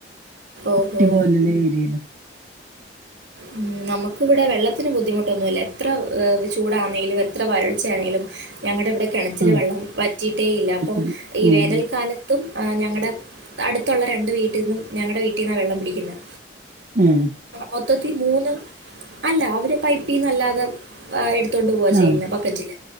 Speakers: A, on the right; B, on the right.
A: ഓഹോ
B: <unintelligible> ഏരിയാല്ലാ
A: ഉം നമക്ക് ഇവടെ വെള്ളത്തിന് ബുദ്ധിമുട്ടൊന്നു ഇല്ലാ എത്ര ചൂടാന്നാലും എത്ര വരൾച്ചെയാണെങ്കിലും ഞങ്ങടെ ഇവടെ കെണച്ചില്
B: ആ
A: വെള്ളം പറ്റിട്ടേ ഇല്ലാ അപ്പം
B: ചുറ്റിനും.
A: ഈ
B: ഉം
A: വേനൽക്കാലത്തും ഞങ്ങടെ അട്ത്തോള്ള രണ്ട് വീട്ടിന്നും ഞങ്ങാടെ വീട്ടിന്നാ വെള്ളം പിടിക്ക്ന്നേ
B: ഉം
A: മൊത്തത്തി മൂന്ന് അല്ലാ അവര് പൈപിന്ന് അല്ലാതെ ആ എട് തൊണ്ട് പോവുവാ
B: ആ
A: ചെയ്യ്ന്നോ ബക്കറ്റില്